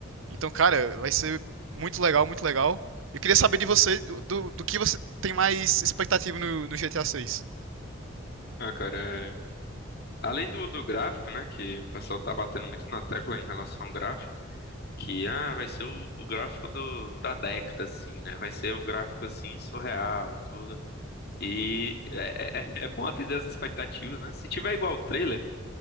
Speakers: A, on the right; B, on the left.
A: Então, cara, vai ser muito legal, muito legal. Eu queria saber de você, do, do que você tem mais expectativa no, no GTA 6.
B: Ah, cara, é- além do, do gráfico, né, que o pessoal tá batendo muito na tecla em relação ao gráfico, que, ah, vai ser o, o gráfico do, da década, assim, né? Vai ser um gráfico, assim, surreal e tudo. E é, é- é bom atender as expectativas, né? Se tiver igual o trailer,